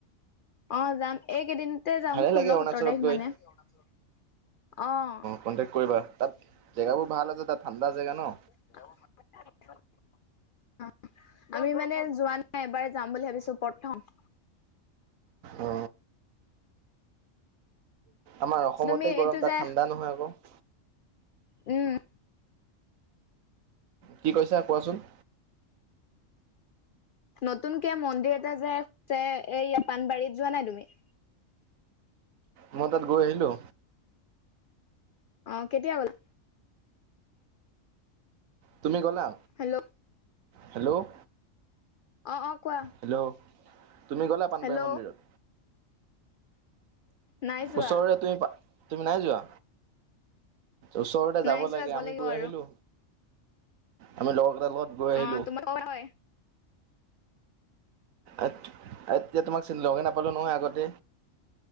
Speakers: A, on the left (about 55°); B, on the right (about 85°).
A: অ' যাম, এইকেইদিনতে যাম
B: ভালে
A: ষোল্ল,
B: লাগে অৰুণাচলত
A: সোত্তৰ তাৰিখ
B: গৈ
A: মানে অ'।
B: কণ্টেক কৰিবা তাত জেগাবোৰ ভাল আছে তাত ঠাণ্ডা জেগা ন।
A: <unintelligible> অ আমি মানে যোৱা নাই, এবাৰ যাম বুলি ভাবিছো প্ৰথম।
B: অ আমাৰ অসমতে
A: তুমি
B: গৰম
A: এইটো
B: তাত
A: যে
B: ঠাণ্ডা নহয় আকৌ।
A: উম।
B: কি কৈছা কোৱাচোন?
A: নতুনকে মন্দিৰ এটা যে তে এই ইয়াত পানবাৰীত যোৱা নাই তুমি?
B: মই তাত গৈ আহিলো।
A: অ' কেতিয়া গ'লা?
B: তুমি গ'লা?
A: Hello
B: hello?
A: অ অ কোৱা
B: হেল্ল'? তুমি গ'লা পানবাৰী
A: হেল্ল'
B: মন্দিৰত?
A: নাই যোৱা
B: ওচৰৰে তুমি পা তুমি নাই যোৱা? ওচৰতে যাব
A: নাই যোৱা
B: লাগে আমি
A: লাগিব
B: গৈ
A: আৰু
B: আহিলো, আমি লগৰ কেইটাৰ লগত গৈ আহিলো
A: অ', তোমাৰ <inaudible> হয়।
B: এত- এতিয়া তোমাক চীন লগে নাপালোঁ নহয় আগতে?